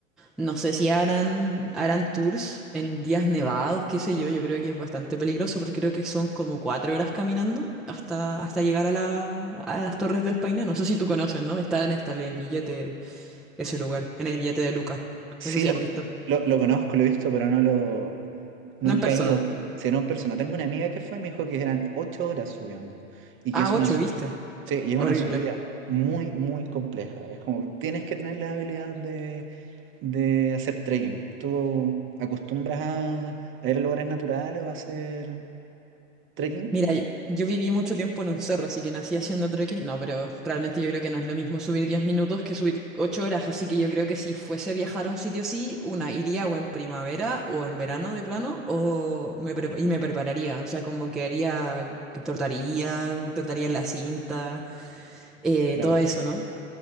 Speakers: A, in the centre; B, on the right.
A: No sé si harán, harán tours en días nevados, qué sé yo. Yo creo que es bastante peligroso porque creo que son como cuatro horas caminando hasta, hasta llegar a, la, a las Torres del Paine. No sé si tú conoces, ¿no? Está en, esta- en el billete, ese lugar, en el billete de Luca.
B: Sí,
A: No sé si
B: lo,
A: has visto.
B: lo, lo conozco, lo he visto, pero no lo... Nunca
A: No en persona.
B: he ido, sino en persona. Tengo una amiga que fue, me dijo que eran ocho horas subiendo y que
A: Ah,
B: es
A: ocho,
B: una, su-
A: ¿viste?
B: sí, y es
A: Horrible.
B: una subida muy, muy compleja. Es como, tienes que tener la habilidad de, de hacer trekking. ¿Tú acostumbras a, a ir a lugares naturales o a hacer trekking?
A: Mira, y- yo viví mucho tiempo en un cerro, así que nací haciendo trekking. No, pero realmente yo creo que no es lo mismo subir 10 minutos que subir 8 horas. Así que yo creo que si fuese a viajar a un sitio así, una iría o en primavera o en verano de plano, o me pre- y me prepararía. O sea, como que haría, que trotaría, trotaría en la cinta, eh,
B: Claro,
A: todo eso, ¿no?